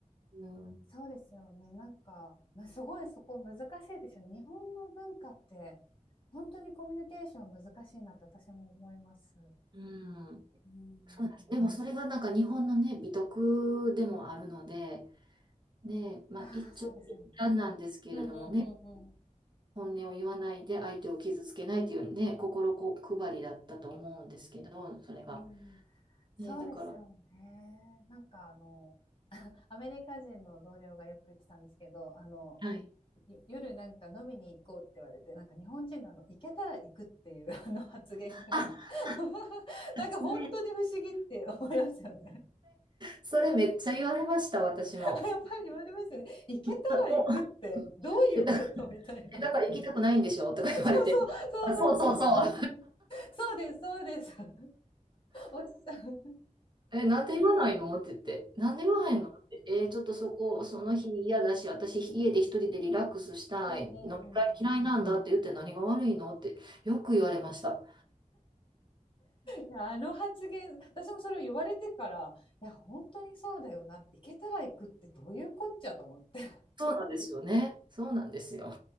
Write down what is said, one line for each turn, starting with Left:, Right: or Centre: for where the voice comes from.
Right: うん。
Left: そうですよね。なんか、まあ、すごいそこ難しいでしょ。日本の文化って、本当にコミュニケーション難しいなって私も思います。
Right: うん。
Left: うん。
Right: そうなんです。でもそれがなんか日本のね、美徳でもあるので、ね、まあ一長一短なんですけれどもね、
Left: ああ、そうですよね。うんうんうんうん。
Right: 本音を言わないで相手を傷つけないというね、心こ配りだったと思うんですけど、それが。
Left: うん、そうですよね。
Right: ねえ、だから、
Left: なんかあの、アメリカ人の同僚がよく言ってたんですけど、あの、
Right: はい。
Left: 夜なんか飲みに行こうって言われて、なんか日本人のあの、行けたら行くっていう <laughs> あの発言が
Right: あ、
Left: <laughs> なんか本当に不思議って思いますよね
Right: それ、それめっちゃ言われました、私も。
Left: <laughs>。やっぱり言われますよね。行けたら行くってどういうことみたいな
Right: だ、えだえだから行きたくないんでしょとか言われて。
Left: <laughs>。そうそう、そうそうそう。
Right: あ、そうそうそう。
Left: そうです、そうです <laughs>。おっしゃる <laughs>。
Right: え、なんで言わないのって言って。なんで言わへんのって。えちょっとそこ、その日嫌だし、私家で一人でリラックスしたい。
Left: うんうんうんうん。
Right: 飲み会嫌いなんだって言って何が悪いのってよく言われました。
Left: いやあの発言私もそれを言われてからいや本当にそうだよなって行けたら行くってどういうこっちゃと思って
Right: そうなんですよね。そうなんですよ。